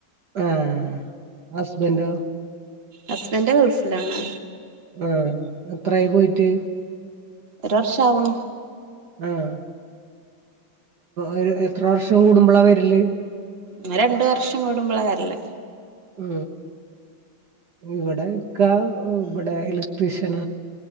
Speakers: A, on the right; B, on the right.
A: ആഹ ഹസ്ബൻഡോ
B: ഹസ്ബൻന്റെ ഗൾഫിലാണ്
A: ആഹ എത്രായി പോയിട്ട്
B: ഒരു വർഷം ആവ്ണോ
A: ആഹ ഒരു എത്ര വർഷം കൂടുമ്പോളാ വരല്
B: ഇ രണ്ടു വർഷം കൂടുമ്പോളാ വരല്ലേ
A: ഉ ഇവിടെക്ക ഇവിടെ ഇലക്ട്രീഷ്യന